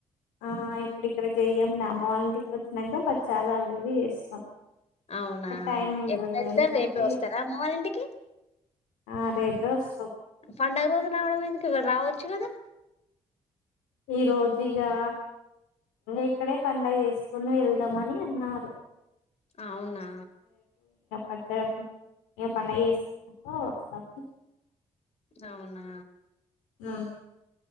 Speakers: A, on the left; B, on the left.
A: ఆ ఇప్పుడు ఇక్కడ చెయ్యం నా అమ్మ వాళ్ళంటికి వచ్చినాక బచ్చాలు అవి ఇవి చేస్తాం
B: అవునా
A: టైం ఉండదు
B: ఎప్పుడేల్
A: ఎందుకంటే
B: తర్ రేపే వస్తారా అమ్మ వాళ్ళింటికి
A: ఆ రేపె వస్తం
B: పండుగ రోజు రావడం ఎందుకు ఇవాళ్ళ రావచ్చు కదా
A: ఈ రోజుఇగా ఇక్కడే పండుగ చేసుకొని వెళ్దామని అన్నారు
B: అవునా
A: వచ్చేటప్పుడు ఇగా పండగ చేసుకొని వస్తాం
B: అవునా
A: ఉ